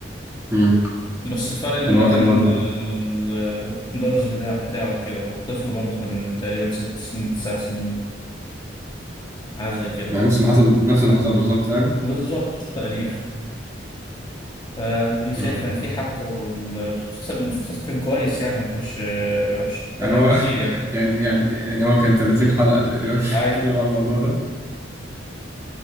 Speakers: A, on the right; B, on the left.
A: أمم
B: بس الفرق إن
A: إنه
B: ده
A: واحد
B: كان
A: برضه
B: آه، المدرس بتاع بتاعه كده والطفل برضه كان تقريبا ست سنين تسع سنين حاجة زي كده
A: يعني
B: يعني.
A: نفس اللي حصل نفس اللي حصل بالظبط يعني
B: بالظبط تقريبا فدي شايف
A: أمم
B: يعني في حبكة والفلوس الفلوس كان كويس يعني ما كانش آه، وحش فاتك
A: يعني هو
B: كتير
A: <laughs>
B: يعني
A: يعني يعني يعني هو كان 30 حلقة تقريبا
B: عادي
A: <laughs> بيتكلم عن الموضوع ده